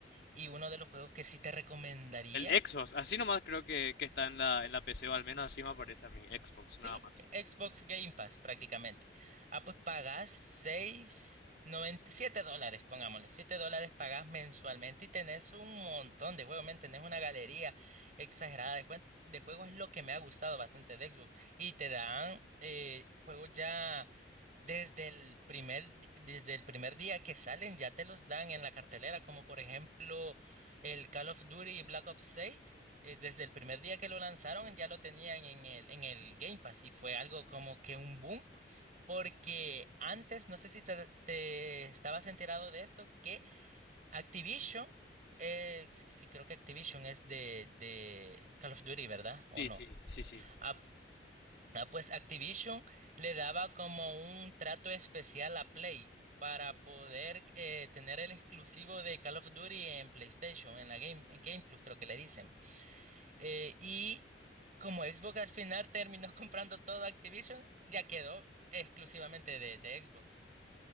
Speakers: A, on the right (about 45°); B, on the left (about 60°).
A: Y uno de los juegos que sí te recomendaría,
B: El Xbox, así nomás creo que, que está en la, en la PC, o al menos así me aparece a mí, Xbox,
A: sí,
B: nada más.
A: Xbox Game Pass prácticamente. Ah, pues pagás seis noventa siete dólares, pongámosle, 7 dólares pagás mensualmente y tenés un montón de juegos, men, tenés una galería exagerada de, jue- de juegos, es lo que me ha gustado bastante de Xbox. Y te dan eh, juegos ya desde el primer, di- desde el primer día que salen, ya te los dan en la cartelera, como por ejemplo el Call of Duty Black Ops seis eh, desde el primer día que lo lanzaron ya lo tenían en el, en el Game Pass y fue algo como que un boom, porque antes, no sé si te, te estabas enterado de esto, que Activision, eh, sí sí creo que Activision es de, de Call of Duty, ¿verdad? ¿O
B: Sí,
A: no?
B: sí, sí, sí.
A: Ah, ah, pues Activision le daba como un trato especial a Play. para poder eh, tener el exclusivo de Call of Duty en PlayStation, en la Game, en Game Plus creo que le dicen. Eh, y como Xbox al final terminó <laughs> comprando todo Activision, ya quedó exclusivamente de, de Xbox.